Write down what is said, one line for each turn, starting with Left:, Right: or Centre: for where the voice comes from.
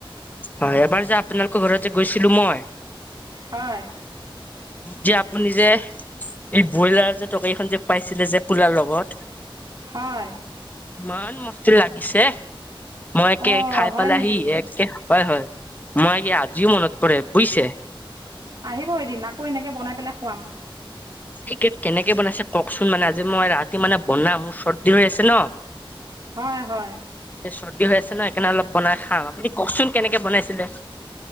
Left: হয়, এবাৰ যে আপোনালোকৰ ঘৰতে গৈছিলো মই
Right: হয়।
Left: যে আপুনি যে এই ব্ৰইলাৰ যে তৰকাৰী এখন যে খুৱাইছিলে যে পোলাৰ লগত।
Right: হয়।
Left: ইমান মস্তি লাগিছে, মই একে
Right: অ
Left: খাই
Right: হয়
Left: পেলাইহি
Right: নেকি
Left: একে হয়-হয় মই কি আজিও মনত পৰে বুজিছে।
Right: আহিব এদিন আকৌ এনেকে বনাই পেলাই খুৱাম।
Left: এই কেক কেনেকে বনাইছে কওকচোন মানে আজি মই ৰাতি মানে বনাম মোৰ চৰ্দিৰ হৈ আছে ন'।
Right: হয়-হয়।
Left: এই চৰ্দি হৈ আছে ন' সেইকাৰণে অলপ বনাই খাম আপুনি কওকচোন কেনেকে বনাইছিলে?